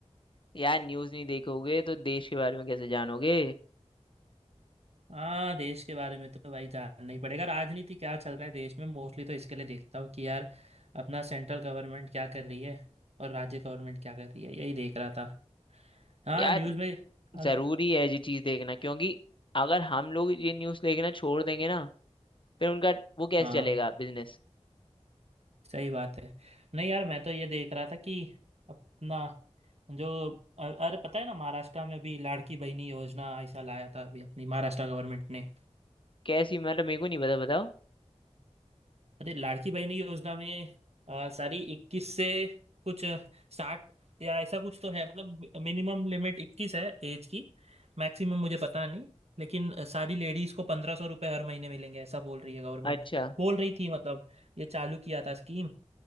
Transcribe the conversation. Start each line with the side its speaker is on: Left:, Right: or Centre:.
Left: यार न्यूज़ नहीं देखोगे तो देश के बारे में कैसे जानोगे
Right: हाँ देश के बारे में तो भाई जानना ही पड़ेगा राजनीति क्या चल रहा है देश में मोस्टली तो इसके लिए देखता हूँ कि यार अपना सेंट्रल गवर्नमेंट क्या कर रही है और राज्य गवर्नमेंट क्या कर रही है यही देख रहा था हाँ
Left: यार
Right: न्यूज़ में अब-
Left: जरूरी
Right: तो,
Left: है ये चीज़ देखना क्योंकि अगर हम लोग ये न्यूज़ देखना छोड़ देंगे ना फिर उनका वो कैसे
Right: हाँ
Left: चलेगा बिजनेस
Right: सही बात है नहीं यार मैं तो ये देख रहा था कि अपना जो अ- अरे पता है ना महाराष्ट्र में अभी लाड़की बहनी योजना ऐसा लाया था अभी अपनी महाराष्ट्र गवर्नमेंट ने
Left: कैसी मतलब मेरे को नहीं पता बताओ
Right: अरे लाड़की बहन योजना में आ, सारी इक्कीस से कुछ साठ या ऐसा कुछ तो है मतलब मिनिमम लिमिट इक्कीस है एज की मैक्सिमम मुझे पता नहीं लेकिन सारी लेडीज को पंद्रह सौ रुपये हर महीने मिलेंगे ऐसा बोल रही है गवर्नमेंट
Left: अच्छा
Right: बोल रही थी मतलब ये चालू किया था स्कीम